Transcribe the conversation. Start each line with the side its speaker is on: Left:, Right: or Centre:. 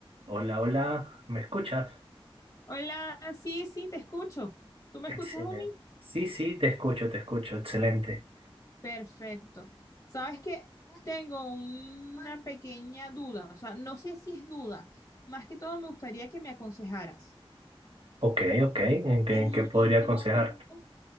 Right: Hola, hola, ¿me escuchas?
Left: Hola, sí, sí, te escucho. ¿Tú me
Right: Excelente.
Left: escuchas a mí?
Right: Sí, sí, te escucho, te escucho, excelente.
Left: Perfecto. Sabes que tengo una pequeña duda, o sea, no sé si es duda. Más que todo me gustaría que me aconsejaras.
Right: Ok, ok, ¿en qué,
Left: El
Right: en qué podría
Left: domingo,
Right: aconsejar?